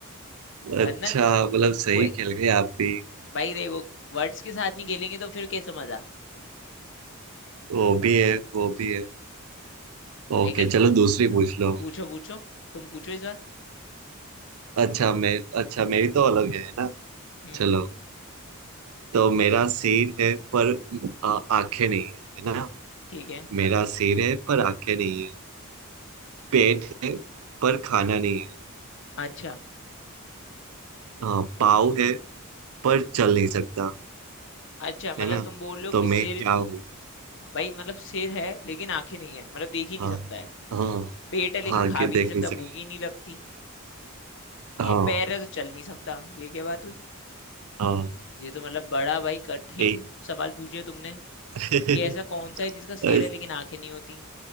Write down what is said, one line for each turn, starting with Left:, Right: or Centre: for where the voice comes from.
Left: वरना
Right: अच्छा मतलब सही
Left: वो एक
Right: खेल गए आप भी
Left: भाई देखो वर्ड्स के साथ नहीं खेलेंगे तो फिर कैसे मजा
Right: वो भी है वो भी है ओके
Left: लेकिन
Right: चलो दूसरी पूछ लो
Left: पूछो पूछो तुम पूछो इस बार
Right: अच्छा मैं अच्छा मेरी तो अलग है ना
Left: हम्म
Right: चलो तो मेरा सिर है पर आ- आंखें नहीं है है ना
Left: ठीक है
Right: मेरा सिर है पर आंखें नहीं है पेट है पर खाना नहीं है
Left: अच्छा
Right: हाँ पाँव है पर चल नहीं सकता
Left: अच्छा मतलब
Right: है ना
Left: तुम बोल लो
Right: तो
Left: कि
Right: मैं
Left: सिर
Right: क्या हूँ
Left: भाई मतलब सिर है लेकिन आंखें नहीं है मतलब देख ही नहीं
Right: हाँ
Left: सकता है
Right: हाँ
Left: पेट है लेकिन
Right: हाँ आगे
Left: खा
Right: देख
Left: भी नहीं सकता
Right: नहीं सकता
Left: भूख ही नहीं लगती और
Right: हाँ
Left: पैर है तो चल नहीं सकता ये क्या बात हुई
Right: हाँ
Left: ये तो मतलब बड़ा भाई कठिन
Right: एक
Left: सवाल पूछ लिया तुमने
Right: <laughs>
Left: कि ऐसा कौन सा है जिसका सिर
Right: बस,
Left: है लेकिन आंखें नहीं होती